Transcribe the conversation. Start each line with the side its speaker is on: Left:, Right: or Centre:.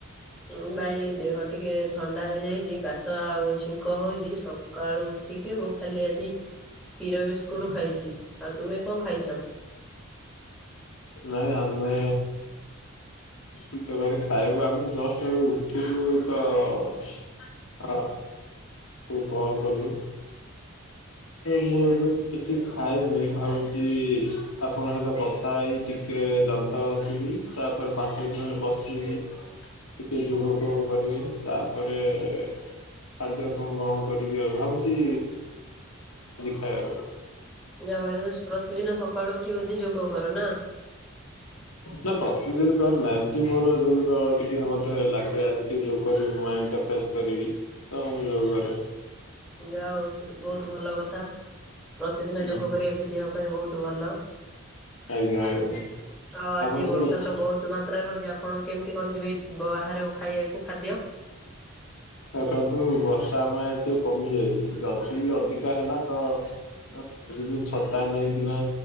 Centre: ଉଁ ଭାଇ ଦେହ ଟିକେ ଥଣ୍ଡା ହେଇଯାଇଛି କାଶ ଆଉ ଛିଙ୍କ ହଉଛିକ୍ତି ସବୁ ସକାଳୁ ଉଠିକି ମୁଁ ଖାଲି ଆଜି ହୀର ବିସ୍କୁଟ ଖାଇଛି ଆଉ ତୁମେ କଣ ଖାଇଛ?
Left: ନାଇଁ ଆମେ ଛୋଟ ବେଳେ ଖାଇବୁ ଆମେ ଜଷ୍ଟ ଉଠିଲୁ ତ ହଁ। ତୁକଲ୍ କଲୁ। ମୁଁ ଏବେ କିଛି ଖଏନି ଭାବୁଛି ଆପଣଙ୍କ ସହିତ କଥା ହେଇ ଟିକେ ଦାନ୍ତ ହସିବି ତାପରେ ପାଞ୍ଚ ମିନଟ ଖଣ୍ଡେ ବସିବି ଟିକେ ଯୋଗ ଫୋଗ କରି ତାପରେ ଖାଦ୍ୟ କଣ କଣ କରିବି ଆଉ ଭାବୁଛି <unintelligible>
Centre: ଯାହା ଭାଇ ତମେ ପ୍ରତିଦିନ ସକାଳୁ ଉଠି ବୋଧେ ଯୋଗ କର ନା।
Left: ନା ପ୍ରତିଦିନ କରୁନା ଏମତି ମୋର ଯୋଉ ର ଟିକେ ମତେ ଲାଗେ ଆଜି ଟିକେ ଯୋଉ। କରିବି ମାଇଣ୍ଡ ଟା ଫ୍ରେସ୍ କରିବି ତ ମୁଁ ଯଉ କରେ।
Centre: ଯା ଉ ବହୁତ ଭଲ କଥା। ପ୍ରତିଦିନ ଯୋଗ
Left: ହୁଁ,
Centre: କରିବା ବି ଦେହ ପାଇଁ ବହୁତ ଭଲ।
Left: <unintelligible>
Centre: ଆଉ ଆଜି
Left: ଆପଣ
Centre: ବର୍ଷା
Left: କୁଆଡେ
Centre: ତ ବହୁତୁ ମାତ୍ରାରେ ହଉଛି ଆପଣ କେମିତି କଣ ଯିବେ ବାହାରକୁ ଖାଇବାକୁ ଖାଦ୍ୟ।
Left: ଦେଖନ୍ତୁ ବର୍ଷା ଆମ ଇଆଡ଼େ ଟିକେ କମି ଯାଇଛି। ଯଦି ଅଧିକା ହେଲା ତ <inaudible> ଛତା ନେଇକିନା।